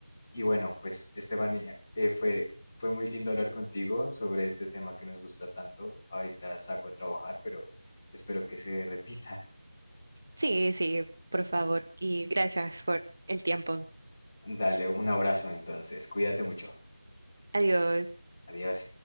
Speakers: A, on the left; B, on the right.
A: Y bueno, pues Estefanía, eh, fue, fue muy lindo hablar contigo sobre este tema que nos gusta tanto. Ahorita salgo a trabajar, pero espero que se repita.
B: Sí, sí, por favor. Y gracias por el tiempo.
A: Dale un abrazo entonces. Cuídate mucho.
B: Adiós.
A: Adiós.